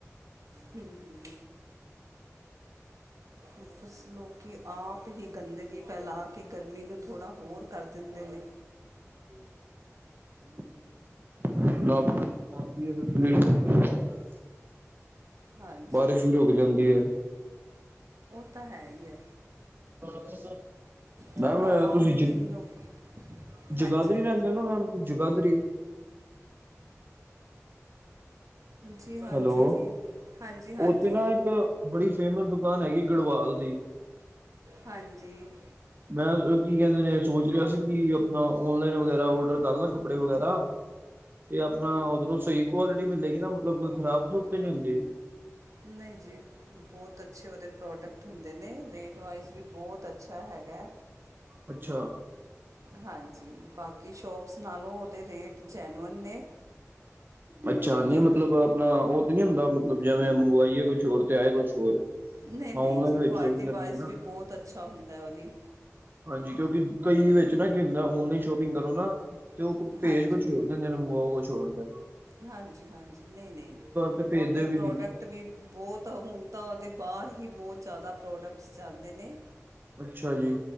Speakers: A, on the right; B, on the right.
A: ਹੂੰ-ਹੂੰ। ਕੇ ਤੁਸ ਲੋਕੀ ਆਪ ਹੀ ਗੰਦਗੀ ਫੈਲਾਕੇ ਗਰਮੀ ਨੂੰ ਥੋੜ੍ਹਾ ਹੋਰ ਕਰ ਦੇਂਦੇ ਨੇ
B: <unintelligible> <unintelligible>
A: ਹਾਂਜੀ
B: ਬਾਰਸ਼ ਵੀ ਰੁਕ ਜਾਂਦੀ ਏ
A: ਓਤਾ ਹੈ ਈ ਐ
B: <unintelligible>
A: ਥੋੜ੍ਹਾ
B: ਮੈਮ ਤੁਸੀਂ
A: ਆਪ ਹੀ
B: ਜ,
A: ਲੋਕ ਹਾਂਜੀ
B: ਜਗਾਦਰੀ ਰੈਂਦੇ ਓ ਨਾ ਮੈਮ ਜਗਾਦਰੀ
A: ਜੀ ਹਾਂਜੀ
B: ਹੈਲੋ
A: ਜੀ ਹਾਂਜੀ-ਹਾਂਜੀ
B: ਉੱਥੇ ਨਾ ਇੱਕ ਬੜੀ ਫੇਮਸ ਦੁਕਾਨ ਹੈਗੀ ਗੜਵਾਲ ਦੀ
A: ਹਾਂਜੀ
B: ਮੈਂ ਕੀ ਕਹਿੰਦੇ ਨੇ ਸੋਚ ਰਿਹਾ ਸੀ ਕਿ ਆਪਣਾ ਔਨਲਾਈਨ ਵਗੈਰਾ ਓਡਰ ਕਰਲਾ ਕੱਪੜੇ ਵਗੈਰਾ ਤੇ ਆਪਣਾ ਉਧਰੋਂ ਸਹੀ ਕੁਆਲਿਟੀ ਮਿਲੇਗੀ ਨਾ ਮਤਲਬ ਕੋਈ ਖ਼ਰਾਬ ਖਰੂਬ ਤੇ ਨੀ ਹੁੰਦੀ
A: ਨਹੀਂ ਜੀ ਬਹੁਤ ਅੱਛੇ ਉਹਦੇ ਪ੍ਰੋਡਕਟ ਹੁੰਦੇ ਨੇ ਰੇਟ ਵਾਈਜ਼ ਵੀ ਬਹੁਤ ਅੱਛਾ ਹੈਗਾ
B: ਅੱਛਾ
A: ਹਾਂਜੀ ਬਾਕੀ ਸ਼ੋਪਸ ਨਾਲੋਂ ਉਹਦੇ ਰੇਟ ਜੈਨੂਅਨ ਨੇ
B: ਅੱਛਾ
A: ਅਤੇ
B: ਨਹੀਂ ਮਤਲਬ ਅਪਣਾ ਉਹ ਤੇ ਨੀ ਹੁੰਦਾ ਮਤਲਬ ਜਿਵੇਂ ਮੰਗਵਾਈਏ ਕੁਛ ਹੋਰ ਤੇ ਆਏ ਕੁਛ ਹੋਰ
A: ਨਹੀਂ-ਨਹੀਂ
B: ਹਾਂ ਔਨਲਾਈਨ
A: ਜੀ
B: ਵਿੱਚ
A: ਕੁਆਲਿਟੀ
B: ਸ਼ੋਪਿੰਗ ਕਰਨੀ
A: ਵਾਈਜ਼
B: ਹੈ ਨਾ
A: ਵੀ ਬਹੁਤ ਅੱਛਾ ਹੁੰਦਾ ਉਹ ਜੀ
B: ਹਾਂਜੀ ਕਿਉਂਕਿ ਕਈ ਵਿੱਚ ਨਾ ਕੀ ਹੁੰਦਾ ਔਨਲਾਈਨ ਸ਼ੋਪੰਪਿੰਗ ਕਰੋ ਨਾ ਤੇ ਉਹ ਭੇਜ
A: ਹਾਂਜੀ
B: ਕੁਛ ਹੋ ਕਹਿੰਦੇ ਨੇ ਮੰਗਵਾਓ ਕੁਛ ਹੋਰ ਤੇ
A: ਹਾਂਜੀ-ਹਾਂਜੀ ਨਹੀਂ-ਨਹੀਂ
B: ਤੇ ਭੇਜਦੇ
A: ਉਹਦੇ
B: ਵੀ
A: ਪ੍ਰੋਡਕਟ
B: ਨੀ
A: ਕਟ ਵੀ ਬਹੁਤ ਹੁਣ ਤਾਂ ਉਹਦੇ ਬਾਹਰ ਹੀ ਬਹੁਤ ਜਾਦਾ ਪ੍ਰੋਡਕਟਸ ਜਾਂਦੇ ਨੇ
B: ਅੱਛਾ ਜੀ